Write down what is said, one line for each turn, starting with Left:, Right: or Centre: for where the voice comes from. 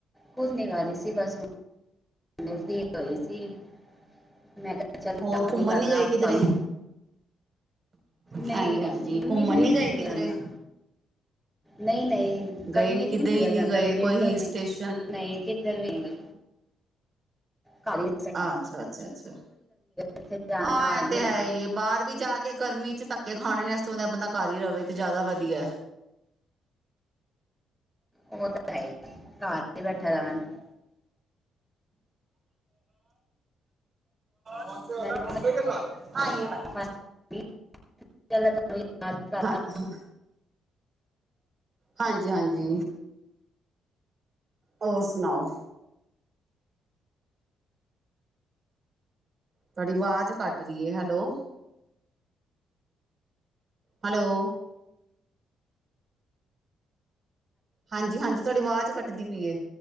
Centre: ਕੁਛ ਨੀ ਕਰ ਰਹੀ ਸੀ ਬਸ ਥਸ ਫਰੀ ਹੋਏ ਸੀ। ਮੈਂ ਕਿਹਾ ਚਲ
Right: ਹੋਰ
Centre: ਯਾਦ
Right: ਘੁੰਮਣ
Centre: ਹੀ ਕਰ
Right: ਨੀ ਗਏ
Centre: ਲਾ
Right: ਕਿਧਰੇ?
Centre: ਤੁਹਾਨੂੰ। ਨਹੀਂ,
Right: ਹਾਂਜੀ-ਹਾਂਜੀ
Centre: ਗਰਮੀ
Right: ਘੁੰਮਣ
Centre: ਚ ਨਹੀ
Right: ਨੀ
Centre: ਨਿਕਲਿਆ
Right: ਗਏ ਕਿਧਰੇ?
Centre: ਜਾਂਦਾ। ਨਹੀਂ, ਨਹੀਂ ਗਰਮੀਆਂ
Right: ਗਏ ਨੀ
Centre: ਚ
Right: ਕਿਤੇ
Centre: ਨਹੀਂ ਨਿਕਲਿਆ
Right: ਵੀ ਨੀ
Centre: ਜਾਂਦਾ।
Right: ਗਏ
Centre: ਗਰਮੀਆਂ
Right: ਕੋਈ
Centre: ਚ ਤਾਂ
Right: ਹਿਲ ਸਟੇਸ਼ਨ
Centre: ਨਹੀਂ- ਦੇਰਵੀ ਗ <unintelligible> ਖ <unintelligible>
Right: ਅੱਛਾ, ਅੱਛਾ, ਅੱਛਾ
Centre: ਇੱਥੇ ਜਾਣ
Right: ਹਾਂ
Centre: ਦਾ ਹਾਲ
Right: ਇਹ
Centre: ਨਹੀਂ
Right: ਤੇ ਹੈ
Centre: ਹੈਗਾ
Right: ਹੀ ਏ। ਬਾਹਰ ਵੀ ਜਾ ਕੇ ਗਰਮੀ 'ਚ ਧੱਕੇ ਖਾਣੇ ਨੇ ਇਸ ਤੋਂ ਵਧੀਆ ਬੰਦਾ ਘਰ ਹੀ ਰਵੇ ਤਾਂ ਜ਼ਿਆਦਾ ਵਧੀਆ।
Centre: ਉਹ ਤੇ ਹੈ ਈ, ਘਰ ਤੇ ਬੈਠਾ ਰਵਣ।
Right: <unintelligible> <inaudible> ਕੋਨ ਸੇ ਵਾਲਾ
Centre: ਮੈਂ ਵੀ
Right: ਖੰਬੇ ਕੇ ਸਾਥ, ਹਾਂ ਯੇ ਵਾਲਾ।
Centre: ਪਹਿਲਾਂ ਤੁਹਾਨੂੰ ਯਾਦ ਕਰ
Right: ਹਾਂ, ਹਾਂ, ਹਾਂਜੀ-ਹਾਂਜੀ। ਹੋਰ ਸੁਨਾਓ? ਤੁਆਡੀ ਵਾਜ਼ ਕੱਟ ਰੀ ਏ, ਹੈਲੋ, ਹੈਲੋ। ਹਾਂਜੀ-ਹਾਂਜੀ, ਤੁਆਡੀ ਵਾਜ਼ ਕੱਟਦੀ ਪੀ ਏ।